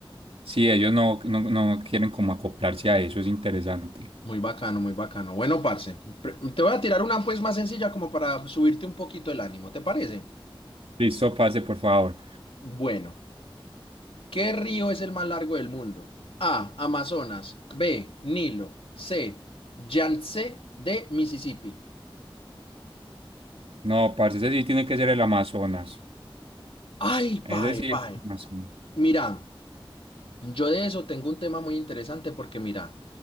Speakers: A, on the right; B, on the left.
A: Si ellos no, no, no quieren como acoplarse a eso, es interesante.
B: Muy bacano, muy bacano. Bueno, parce, pre- te voy a tirar una pues más sencilla como para subirte un poquito el ánimo, ¿te parece?
A: Listo, parce, por favor.
B: Bueno, ¿qué río es el más largo del mundo? A, Amazonas. B, Nilo. C, Yangtze. D, Mississippi.
A: No, parce, ese sí tiene que ser el Amazonas.
B: Ay, pae,
A: Ese sí
B: pae.
A: es el Amazonas.
B: Mira. Yo de eso tengo un tema muy interesante porque mira,